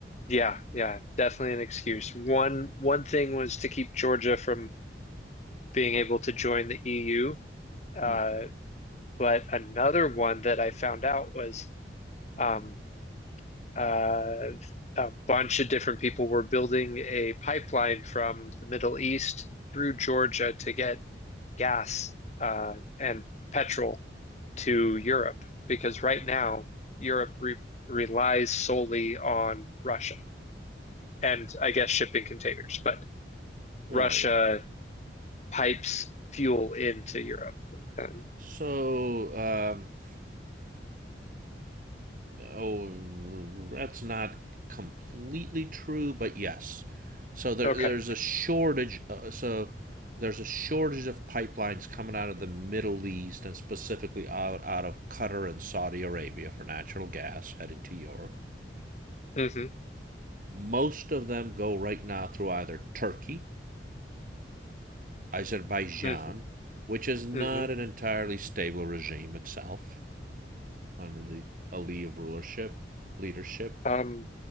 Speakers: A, on the left; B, on the right.
A: yeah, yeah, definitely an excuse. One one thing was to keep Georgia from being able to join the EU. Uh,
B: hmm
A: but another one that I found out was um, uh, a bunch of different people were building a pipeline from the Middle East through Georgia to get gas uh, and petrol to Europe because right now Europe re relies solely on Russia and I guess shipping containers, but
B: Well,
A: Russia pipes fuel into Europe. Um,
B: so um, oh, that's not completely true, but yes. So there,
A: okay.
B: there's a shortage. Uh, so there's a shortage of pipelines coming out of the Middle East and specifically out, out of Qatar and Saudi Arabia for natural gas heading to Europe.
A: hmm
B: Most of them go right now through either Turkey, Azerbaijan,
A: hmm
B: which is not
A: hmm
B: an entirely stable regime itself under the Aliyev rulership, leadership,
A: Um,